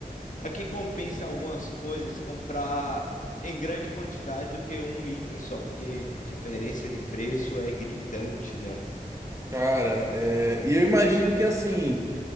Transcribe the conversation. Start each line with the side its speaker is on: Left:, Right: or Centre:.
Left: Aqui compensa algumas coisas comprar em grande quantidade do que um item só, porque diferença de preço é gritante, né?
Right: Cara, é, e eu imagino que assim,